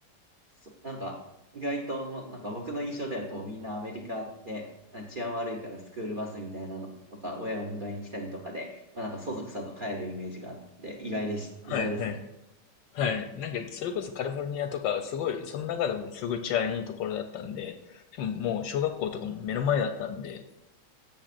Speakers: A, on the right; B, on the left.
A: そ、なんか、意外ともう、なんか僕の印象ではこうみんなアメリカって、なんか治安悪いからスクールバスみたいなのとか、親が迎えに来たりとかで、まあなんかそそくさと帰るイメージがあって、意外です、
B: はいはい
A: 意外ですね。
B: はい。なんか、それこそカリフォルニアとか、すごい、その中でもすごい治安いいところだったんで、しかももう小学校とかも目の前だったんで、